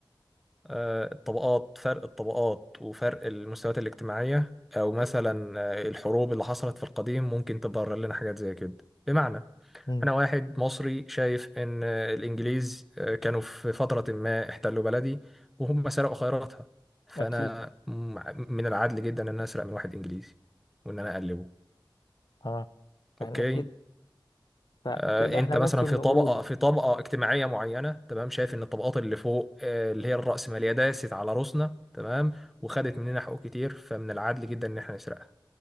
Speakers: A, in the centre; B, on the left.
A: آه، الطبقات فرق الطبقات وفرق المستويات الاجتماعيه او مثلا آه، الحروب اللي حصلت في القديم ممكن تبرر لنا حاجات زي كده بمعنى
B: امم
A: انا واحد مصري شايف ان آه، الانجليز آه، كانوا في فتره ما احتلوا بلدي وهم سرقوا خيراتها فانا
B: اكيد
A: م- من العدل جدا ان انا اسرق من واحد انجليزي وان انا اقلبه
B: اه احنا
A: اوكي
B: كده فكده
A: آه،
B: احنا
A: انت مثلا
B: ممكن
A: في
B: نقول
A: طبقه في طبقه اجتماعيه معينه تمام شايف ان الطبقات اللي فوق آه، اللي هي الرأسماليه داست على روسنا تمام وخدت مننا حقوق كتير فمن العدل جدا ان احنا نسرقها